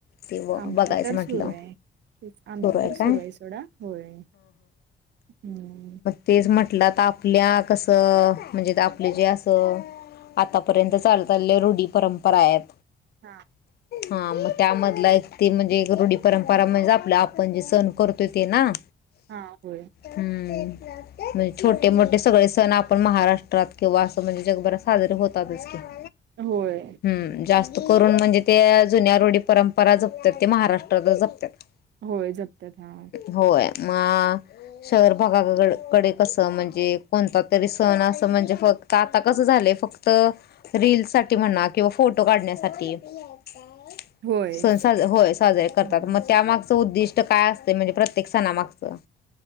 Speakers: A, on the left (about 55°); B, on the right (about 65°).
A: ते ब
B: आमची
A: बघायचं
B: तरं
A: म्हटलं
B: सुरूं आहे, तेच आमची
A: सुरू
B: तरं
A: काय
B: सुरूं आहे सोंडा होय. हम्मं.
A: तेचं म्हटलं आता आपल्या कसं म्हणजे आपले जे असं आतापर्यंत चालतं आलेल्या रुढी परंपरा आहेंत.
B: हां.
A: हां मगं त्यां मधला एक ते म्हणजे एक रुढी परंपरा म्हणजे आपल्या आपणं जे संण करतोय ते नां.
B: हां होय.
A: हम्मं. म्हणजे छोटे-मोठे सगळे सण आपण महाराष्ट्रात किंवा असं म्हणजे जगभरात साजरे होतातच की. <inaudible>
B: होय.
A: हम्मं जास्तं करूंन म्हणजे ते जुन्यां रुढी परंपरा जपतांत ते महाराष्ट्राचं जपतांत.
B: होय जपतांत हा.
A: होय मां अ शहर भागांकडे कसं म्हणजे कोणता तरी संण असं म्हणजे फक्तं. आता कसं झालंय फक्तं रील सांठी म्हणा किंवा फोटो काढण्यांसाठी. <unintelligible>
B: होय.
A: सांज होय साजरे करतात
B: हम्म.
A: मगं त्यामागचां उद्दिष्टं ता कायं असतें म्हणजे प्रत्येक संणामागचं